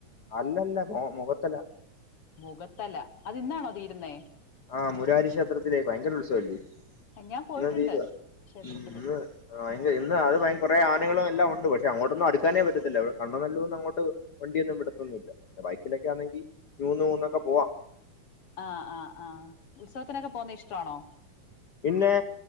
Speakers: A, on the left (about 85°); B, on the left (about 55°).
A: അല്ല അല്ല മൊ മുഖത്തല
B: മുഖത്തല്ല അത് ഇന്നാണോ തീരുന്നേ
A: ആഹ് മൂരാരി ക്ഷേത്രത്തില് ഭയങ്കര ഉത്സവല്ലിയോ
B: ഞാൻ പോയിട്ടുണ്ട്
A: ഇന്ന് തീരുവാ
B: ക്ഷേത്രത്തില്
A: ഇന്ന് ആഹ് ഇല്ല ഇന്നും അത് ഭയങ്ക ആനകളും കുറെ എല്ലാം ഉണ്ട് പക്ഷെ അങ്ങോട്ടൊന്നും അടുക്കാനേ പറ്റത്തില്ല ഇവിടെ കണ്ണനല്ലൂരീന്ന് അങ്ങോട്ട്- വണ്ടിയൊന്നും വിടത്തൊന്നുമില്ല ബൈക്കിലൊക്കെ ആന്നെങ്കി നൂന്ന് നൂന്നൊക്കെ പോവാം
B: ആഹ് ആഹ് ആഹ് ഉത്സവത്തിനൊക്കെ പോന്നെ ഇഷ്ടവാണോ
A: പിന്നേ